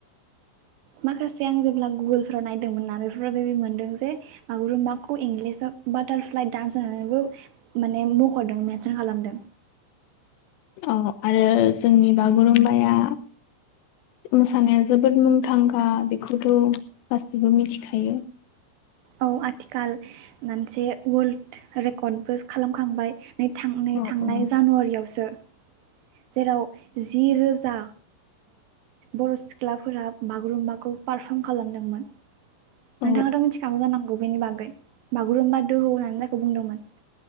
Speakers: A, on the right (about 75°); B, on the left (about 80°).
A: माखासे आं जेब्ला गुगोलफ्राव नायदोंमोन बेफोराव बेदि मोनदों जे बागुरुमबाखौ इंलिसाव बाटारफ्लाइ डान्स होनानैबो माने मख'दों मेनसन खालामदों
B: औ आरो जोंनि बागुरुमबाया मोसानाया जोबोद मुंदांखा बेखौथ' गासैबो मिथिखायो
A: औ आथिखाल मोनसे वर्ल्ड रेकर्डबो खालामखांबाय नै थां नै
B: औ
A: थांनाय
B: औ
A: जानुवारियावसो जेराव जि रोजा बर' सिख्लाफोरा बागुरुम्बाखौ पारफर्म खालामदोंमोन
B: औ
A: नोंथाङाथ' मिथिखागौ जानांगौ बेनि बागै बागुरुम्बा दोहौ होननानै जायखौ बुंदोंमोन